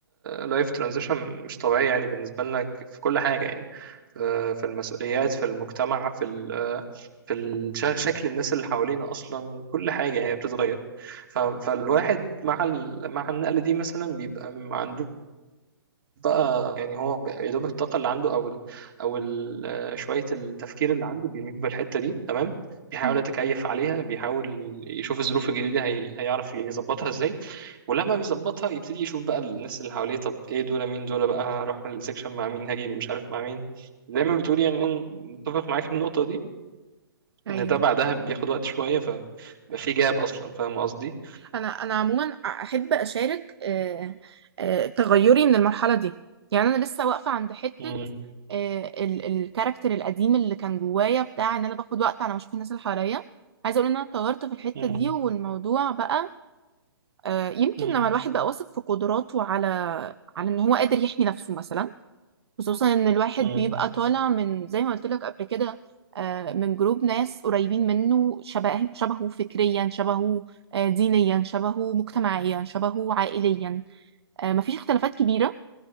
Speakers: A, on the right; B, on the right.
A: لايف ترانزيشن مش طبيعية يعني بالنسبة لنا ك- في كل حاجة يعني آه، في المسؤوليات في المجتمع في ال آه، في ال- شا- شكل الناس اللي حوالينا أصلا كل حاجة يعني بتتغير ف- فالواحد مع ال مع النقلة دي مثلا بيبقى ما عندوش بقى يعني هو يا دوب الطاقة اللي عنده أو ال أو ال آه، شوية التفكير اللي عنده بيرميه في الحتة دي تمام بيحاول
B: امم
A: يتكيف عليها بيحاول يشوف الظروف الجديدة هي هيعرف يظبطها ازاي ولما بيظبطها يبتدي يشوف بقى الناس اللي حواليه طب ايه دول مين دول بقى هروح السكشن مع مين هاجي مش عارف مع مين زي ما بتقولي يعني أنا متفق معاك في النقطة دي
B: ايوه
A: ان ده بعدها بياخد وقت شوية فبقى في جاب اصلا فاهم قصدي
B: انا انا عموما احب اشارك آه، آه، تغيري من المرحله دي يعني انا لسه واقفه عند حته
A: مم،
B: آه، ال- الكاركتر القديم اللي كان جوايا بتاع ان انا باخد وقت على ما اشوف الناس اللي حواليا عايزه اقول ان انا اتطورت في الحته
A: مم،
B: دي والموضوع بقى آه، يمكن
A: مم،
B: لما الواحد بقى واثق في قدراته على على ان هو قادر يحمي نفسه مثلا خصوصا ان الواحد
A: مم،
B: بيبقى طالع من زي ما قلت لك قبل كده آه، من جروب ناس قريبين منه شبه شبهه فكريا شبهه آه، دينيا شبهه مجتمعيا شبهه عائليا آه، مفيش اختلافات كبيرة